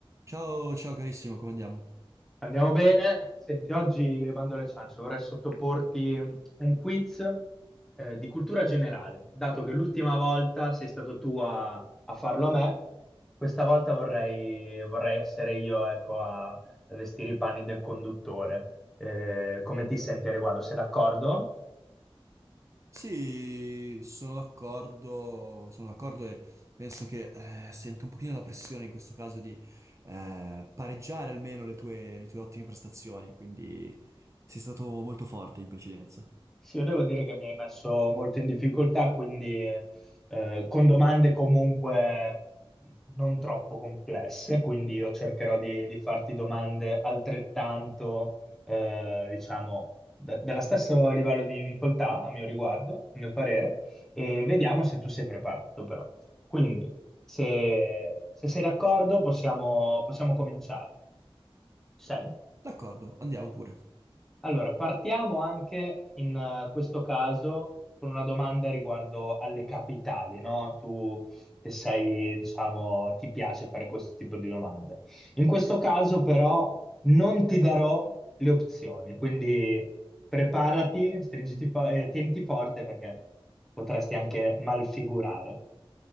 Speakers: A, on the right; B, in the centre.
A: Ciao, ciao carissimo, come andiamo?
B: Andiamo bene. Senti, oggi bando alle ciance, vorrei sottoporti un quiz eh, di cultura generale. Dato che l'ultima volta sei stato tu a, a farlo a me, questa volta vorrei, vorrei essere io, ecco, a vestire i panni del conduttore. Eh, come ti senti a riguardo? Sei d'accordo?
A: Sì, sono d'accordo, sono d'accordo e penso che eh, sento un pochino la pressione in questo caso di eh, pareggiare almeno le tue, le tue ottime prestazioni, quindi sei stato molto forte in precedenza.
B: Sì, io devo dire che mi hai messo molto in difficoltà, quindi eh, con domande comunque non troppo complesse, quindi io cercherò di, di farti domande altrettanto, eh, diciamo, da- dello stesso livello di difficoltà a mio riguardo, a mio parere, e vediamo se tu sei preparato però. Quindi, se, se sei d'accordo, possiamo, possiamo cominciare. Ci Sei?
A: D'accordo, andiamo pure.
B: Allora, partiamo anche in eh, questo caso con una domanda riguardo alle capitali, no? Tu che sei, diciamo, ti piace fare questo tipo di domande. In questo caso però non ti darò le opzioni, quindi preparati, stringiti fo- eh, tieniti forte perché potresti anche malfigurare.